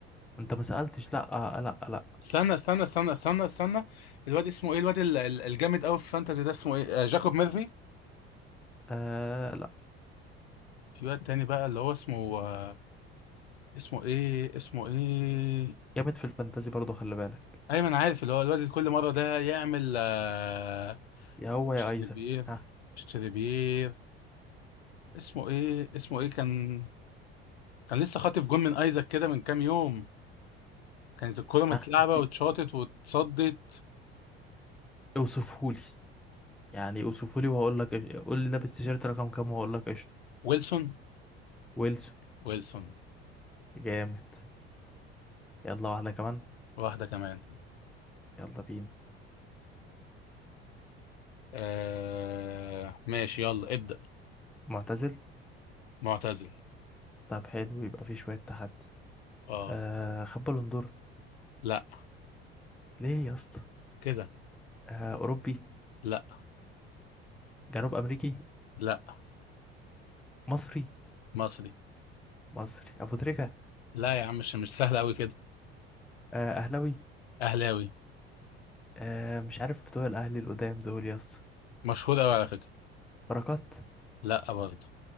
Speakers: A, in the centre; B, on the left.
A: انت ما سألتش لا آه لا لا
B: استنى استنى استنى استنى استنى الواد اسمه ايه الواد ال- ال- الجامد قوي في فانتازي ده اسمه ايه آه جاكوب ميرفي
A: آه لا
B: في واد تاني بقى اللي هو اسمه آه اسمه ايه اسمه ايه
A: جامد في الفانتازي برضه خلي بالك
B: ايمن عارف اللي هو الواد كل مره ده يعمل آه،
A: يا هو يا
B: اشتري
A: ايزاك
B: بير
A: ها
B: اشتري بير اسمه ايه اسمه ايه كان كان لسه خاطف جون من ايزاك كده من كام يوم كانت الكره متلعبه
A: ها هتي
B: واتشاطت واتصدت
A: اوصفهولي يعني اوصفهولي وهقول لك إيش- قول لي لابس تيشيرت رقم كام وهقول لك قشطه
B: ويلسون
A: ويلسون
B: ويلسون
A: جامد يلا واحده كمان
B: واحده كمان
A: يلا بينا
B: آه... ماشي يلا ابدأ
A: معتزل
B: معتزل
A: طب حلو يبقى في شويه تحدي
B: اه
A: آه خد بالون دور
B: لا
A: ليه يا اسطى
B: كده
A: آه اوروبي
B: لا
A: جنوب امريكي
B: لا
A: مصري
B: مصري
A: مصري ابو تريكه
B: لا يا عم مش مش سهل قوي كده
A: آه اهلاوي
B: اهلاوي
A: آه مش عارف بتوع الاهلي القدام دول يا اسطى
B: مشهور قوي على فكره
A: بركات
B: لا برضه